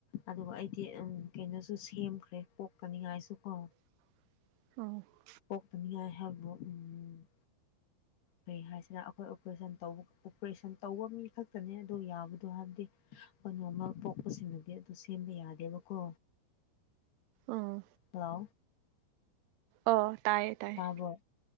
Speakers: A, on the left (about 75°); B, on the right (about 85°).
A: ꯑꯗꯨꯒ ꯑꯩꯗꯤ ꯎꯝ ꯀꯩꯅꯣꯁꯨ ꯁꯦꯝꯈ꯭ꯔꯦ ꯄꯣꯛꯀꯅꯤꯉꯥꯏꯁꯨ ꯀꯣ
B: <unintelligible>
A: ꯄꯣꯛꯇꯅꯤꯉꯥꯏ ꯍꯥꯏꯕꯣ ꯎꯝ ꯀꯩ ꯍꯥꯏꯁꯤꯔ ꯑꯈꯣꯏ ꯑꯣꯄ꯭ꯔꯦꯁꯟ ꯇꯧꯕ ꯑꯣꯄ꯭ꯔꯦꯁꯟ ꯇꯧꯕ ꯃꯤ ꯈꯛꯇꯅꯦ ꯑꯗꯨ ꯌꯥꯕꯗꯣ ꯍꯥꯏꯕꯗꯤ ꯅꯣꯔꯃꯦꯜ ꯄꯣꯛꯄꯁꯤꯡꯗꯨꯗꯤ ꯑꯗꯨ ꯁꯦꯝꯕ ꯌꯥꯗꯦꯕꯀꯣ
B: ꯑꯥ
A: ꯍꯜꯂꯣ
B: ꯑꯣ ꯇꯥꯏꯌꯦ ꯇꯥꯏꯌꯦ
A: ꯇꯥꯕ꯭ꯔꯣ